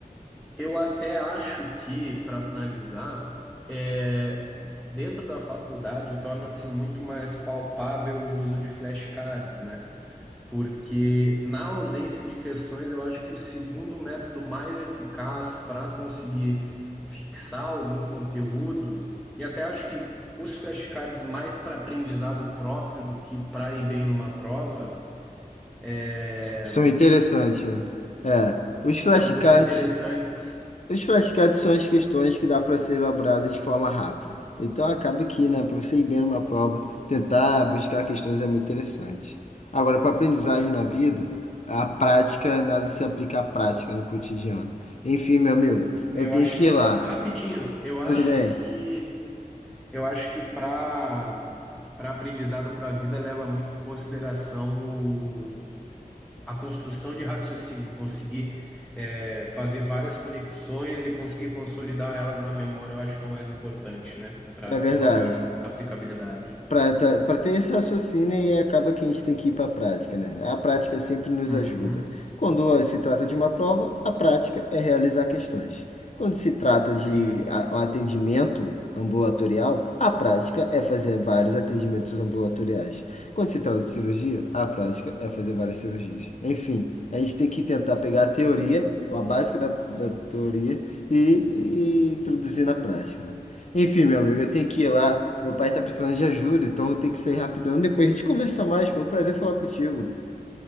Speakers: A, in the centre; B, on the left (about 50°).
A: Eu até acho que, para finalizar, é, dentro da faculdade torna-se muito mais palpável o uso de flashcards, né? porque na ausência de questões, eu acho que o segundo método mais eficaz para conseguir fixar algum conteúdo, e até acho que os flashcards mais para aprendizado próprio do que para ir bem numa prova, é,
B: S- São interessantes, né? É, os flashcards,
A: são muito interessantes.
B: os flashcards são as questões que dá para ser elaboradas de forma rápida. Então acaba que, né, para você ir bem numa prova, tentar buscar questões é muito interessante. Agora, para aprendizagem na vida, a prática, nada de se aplicar à prática no cotidiano. Enfim, meu amigo, eu
A: Eu
B: tenho
A: acho,
B: que ir
A: eh,
B: lá.
A: rapidinho, eu acho
B: Tudo bem?
A: que eu acho que para para aprendizado para a vida leva muito em consideração o a construção de raciocínio, conseguir é, fazer várias conexões e conseguir consolidar elas na memória, eu acho que é o mais importante, né? Para
B: É
A: ter
B: verdade.
A: uma maior aplicabilidade.
B: Pra, tá- pra ter esse raciocínio e acaba que a gente tem que ir para a prática, né? A prática sempre nos
A: Uhum,
B: ajuda. Quando ah, se trata de uma prova, a prática é realizar questões. Quando se trata
A: sim.
B: de a- um atendimento ambulatorial, a prática é fazer vários atendimentos ambulatoriais. Quando se trata de cirurgia, a prática é fazer várias cirurgias. Enfim, a gente tem que tentar pegar a teoria, ou a básica da, da teoria, e, e introduzir na prática, né? Enfim, meu amigo, eu tenho que ir lá. Meu pai tá precisando de ajuda, então eu tenho que sair rapidão. Depois a gente conversa mais. Foi um prazer falar contigo.